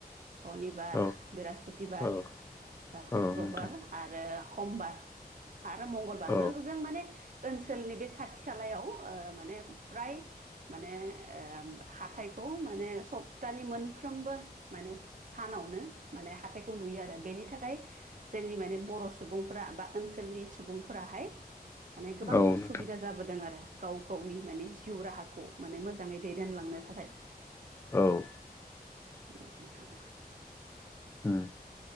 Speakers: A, on the right; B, on the left.
A: सनिबार
B: औ
A: बृहस्पतबार
B: औ
A: ओ सुक्रबार
B: औ नोंथां
A: आरो समबार आरो मंगलबार
B: औ
A: जों माने ओनसोलनि बे खाथि खालायाव ओ माने फ्राय माने ओ हाथाइखौ माने सप्तानि मोनफ्रोमबो माने सानावनो माने हाथायखौ नुयो आरो बेनि थाखाय जोंनि माने बर' सुबुंफोरा बा ओनसोलनि सुबुंफोराहाय माने गोबां
B: औ
A: सुबिदा
B: नोंथां
A: जाबोदों आरो गाव गावनि माने जिउ राहाखौ माने मोजाङै दैदेनलांनो थाखाय
B: औ
A: औ नोंथां
B: उम